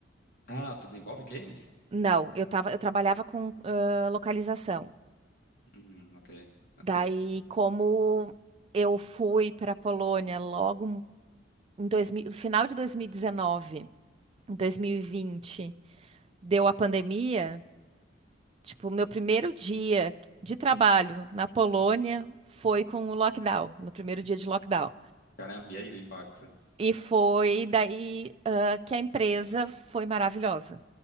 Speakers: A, on the left (about 50°); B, on the right (about 30°).
A: Ah, tu desenvolve games?
B: Não, eu tava, eu trabalhava com ah, localização.
A: Hum, ok, ok.
B: Daí, como eu fui para a Polônia logo em 2000, no final de 2019. em 2020, deu a pandemia, tipo, o meu primeiro dia de trabalho na Polônia foi com o lockdown, no primeiro dia de lockdown.
A: Caramba, e aí o impacto?
B: E foi daí, ah, que a empresa foi maravilhosa.